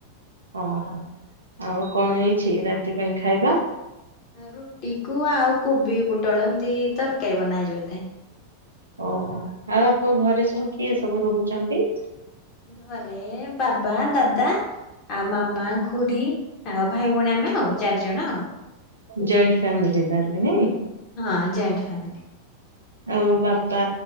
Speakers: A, on the right; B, on the left.
A: ଓ ହୋ ଆଉ କଣ ହେଇଛି ରାତି ପାଇଁ ଖାଇବା?
B: ରୁଟି କୁ ଆଉ କୋବି ପୋଟଳ ଏମିତି ତରକାରୀ ବନା ହେଇଛି ବୋଧେ।
A: ଓ ହୋ ଆଉ ଆପଣ ଘରେ ସବୁ କିଏ ସବୁ ରହୁଛନ୍ତି?
B: ଘରେ ବାବା, ଦାଦା। ଆଉ ମାମା, ଖୁଡ଼ୀ, ଆଉ ଭାଇ, ଭଉଣୀ ଆମେ ଆଉ ଚାରିଜଣ ଆଉ।
A: ଜଏଣ୍ଟ ଫ୍ୟାମିଲି ତାହେଲେ ନାଇଁ।
B: ହଁ ଜଏଣ୍ଟ ଫ୍ୟାମିଲି।
A: ଆଉ ବାପା,